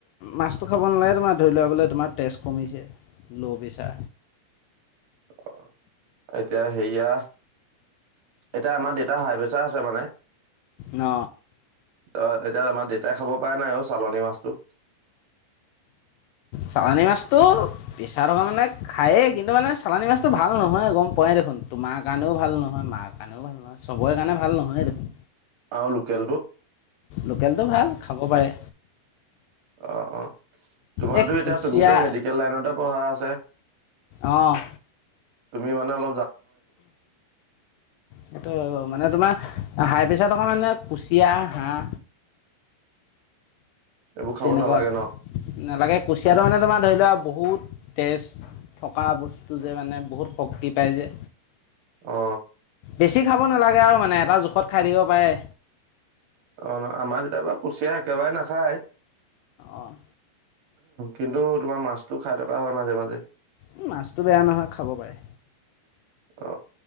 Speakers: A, on the left (about 80°); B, on the right (about 65°).
A: মাছতো খাব নালাগে তোমাৰ ধৰি লবলে তে কি ল' প্ৰে?
B: অ' এতিয়া হেৰিয়া, এতিয়া আমাৰ দ এটা হাই পেচা আছে মানে।
A: ন।
B: অ' এতিয়া আমাৰ দেতাই খাব পা নাই আও চালনী মাছটো।
A: চালানী মাছটো পিছা থকা মানে খায়েই কিন্তু মানে চালানী মাছটো ভাল নহয় গম পোৱাই দেখোন। তোমাৰ কাণেও ভাল নহয়, মাৰ কাণেও ভাল নহয়, চবই কাণে ভাল নহয় দেখোন।
B: আও লোকেলটো।
A: লোকেলটো ভাল খাব পাৰে।
B: অ', অ' তোমাতো
A: এই
B: এতিয়া
A: কুচিয়া
B: তুমিতো মেডিকেল লাইনতে পঢ়া আছে।
A: অ'।
B: তুমি মানে অল
A: সেটো মানে তোমা হাই প্ৰেছাৰ থকা মানুহে কুচিয়া, হাঁহ
B: এইবোৰ খাব
A: তেনেকুৱা
B: নালাগে ন
A: নালাগে। কুচিয়াটো মানে তোমাৰ ধই লোৱা বহুত তেজ থকা বস্তু যে মানে, বহুত শক্তি পায় যে।
B: অ
A: বেছি খাব নালাগে আৰু মানে এটা জোখত খাই দিব পায়।
B: অ' ন, আমা দেতাই বাও কুচিয়া একেবাই নাখায়।
A: অ'।
B: কিন্তু তোমাৰ মাছতো খাই থকা হয় মাজে মাজে।
A: উ মাছটো বেয়া নহয়, খাব পায়।
B: অ